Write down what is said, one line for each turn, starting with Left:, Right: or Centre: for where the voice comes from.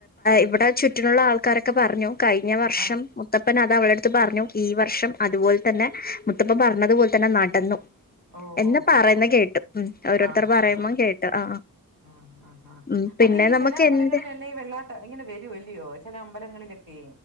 Left: ഇവടെ ചുറ്റിലുള്ള ആൾക്കാരൊക്കെ പറഞ്ഞു കഴിഞ്ഞ വർഷം
Right: ആഹ്
Left: മുത്തപ്പന അത് അവൾടട്ത്ത് പറഞ്ഞു. ഈ വർഷം അതുപോൽതന്നെ മുത്തപ്പൻ പറഞ്ഞതുപോലെ തന്നെ നടന്നു.
Right: ഓ
Left: എന്ന്
Right: ഓ ഹോ
Left: പറേന്ന്
Right: ഹോ
Left: കേട്ടു ഉം ഓരോരുത്തർ
Right: ആഹ്
Left: പറയുമ്പം
Right: ആഹ്
Left: കേട്ടു ആ
Right: ആഹ് ആഹ്
Left: ഉം പിന്നെ
Right: അതീ ചെലേ
Left: നമുക്ക്
Right: അമ്പലങ്ങളിൽ
Left: എന്ത്
Right: ല്ല ഈ വെള്ളാട്ടം ഇങ്ങനെ വെരൂ അല്ലിയോ ചെലേ അമ്പലങ്ങളിലൊക്കെ